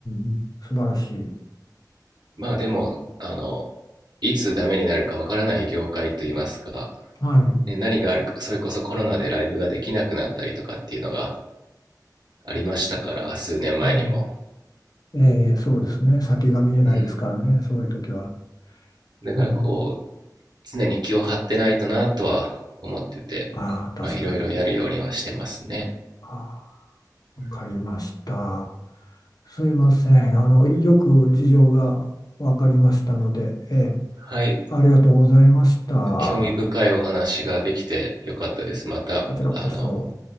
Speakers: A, on the left (about 60°); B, on the right (about 75°).
A: うん素晴らしい。
B: まあでもあのいつダメになるかわからない業界といいますか
A: はい。
B: ね、何があるか、それこそコロナでライブができなくなったりとかっていうのがありましたから、数年前にも。
A: うんええ、そうですね。先が見えないですからね、
B: うん。
A: そういう時は。
B: だからこう、
A: うん。
B: 常に気を張ってないとなとは思ってて、
A: ああ、確かに。
B: まあいろいろやるようにはしてますね。
A: あ
B: うん、
A: あ、わかりました。すいません。あの、よく事情がわかりましたので、ええ、
B: はい。
A: ありがとうございました。
B: 興味深いお話ができてよかったです。また、
A: こちらこそ、
B: あの、